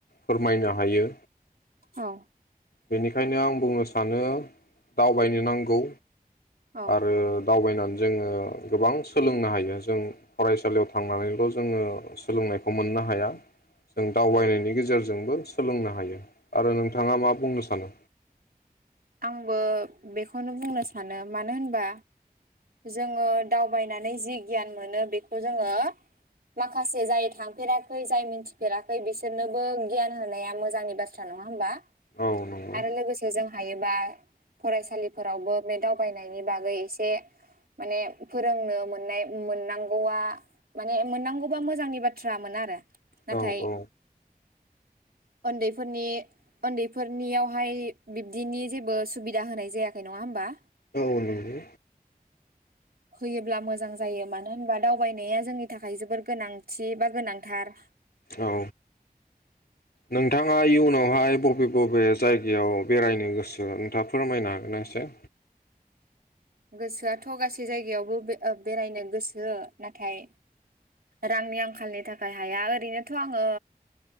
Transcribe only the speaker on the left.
फोरमायनो हायो
बेनिखायनो आं बुंनो सानो दावबायनो नांगौ
आरो दावबायना जोङो गोबां सोलोंनो हायो जों फरायसालियाव थांनानैल' जोङो सोलोंनायखौ मोननो हाया जों दावबायनायनि
गेजेरजोंबो सोलोंनो हायो आरो नोंथाङा मा बुंनो सानो
औ नंगौ
औ औ
औ नंगौ
औ नोंथाङा इयुनावहाय बबे बबे जायगायाव बेरायनो गोसो नोंथाङा फोरमायनो हागोनना एसे?